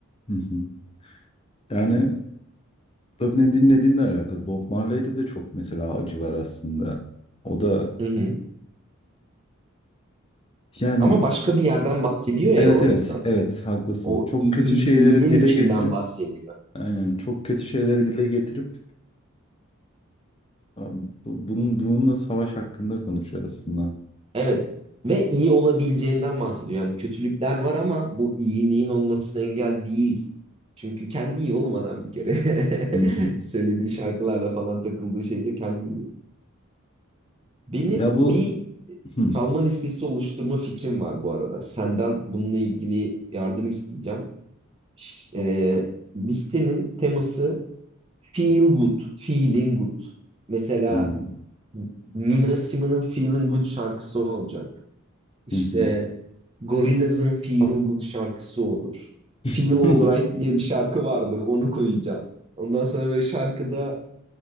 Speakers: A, on the left; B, on the right.
A: Hı hı. Yani tabii ne dinlediğinle alakalı. Bob Marley'de de çok mesela acı var aslında. O da
B: Hı hı.
A: yani
B: Ama başka bir yerden bahsediyor
A: evet
B: ya o
A: evet
B: acıdan.
A: evet haklısın.
B: O
A: Çok
B: iyi,
A: kötü
B: iyi-
A: şeyleri
B: iyinin
A: dile
B: içinden
A: getirip
B: bahsediyor.
A: Aynen çok kötü şeyleri dile getirip abi, bu- bunun bununla savaş hakkında konuşuyor aslında.
B: Evet. Ve iyi olabileceğinden bahsediyor. Yani kötülükler var ama bu iyiliğin olmasına engel değil. Çünkü kendi iyi olmadan bir kere <laughs>
A: Hı hı.
B: söylediği şarkılarla falan takıldığı şeyle kendi iyi. Benim
A: Ya bu
B: bir e,
A: hı,
B: çalma listesi oluşturma fikrim var bu arada. Senden bununla ilgili yardım isteyeceğim. Ş- e, listenin teması feel good, feeling good. Mesela
A: tamam.
B: Nina Simone'un Feeling Good şarkısı olacak. İşte
A: Hı hı.
B: Gorillaz'ın Feel Good şarkısı olur.
A: <laughs>
B: Feel Alright diye bir şarkı vardı. Onu koyacağım. Ondan sonra böyle şarkıda